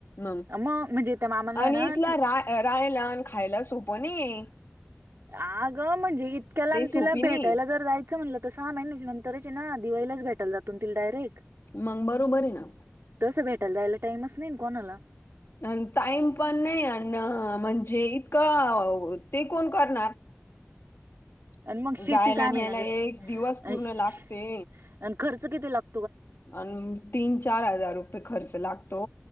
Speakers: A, on the left (about 60°); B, on the right (about 60°).
A: मंग
B: मग म्हणजे त्या मामाला आहे
A: आणि
B: ना
A: इथला
B: ती
A: राय रायला आणि खायला सोपं नये.
B: अगं म्हणजे इतक्या लांब
A: सोपी
B: तिला भेटायला
A: नाही
B: जर जाय चा म्हटलं त सहा महिन्याच्या नंतरच हे ना दिवाळीलाचं भेटाल जातो ना तिला डायरेक्ट.
A: मंग बरोबर ये ना
B: तसं भेटायला जायला टाईमच नाई ना कोणाला.
A: अनं टाईम पण नय अनं म्हणजे इतकं अ ते कोण करणार
B: आणि मग शेती
A: जायला
B: कायम
A: आणि
B: ये
A: यायला
B: ना ग
A: एक दिवस पूर्ण
B: अस्स
A: लागते
B: आणि खर्च किती लाग
A: अनं तीन चार हजार रुपये खर्च लागतो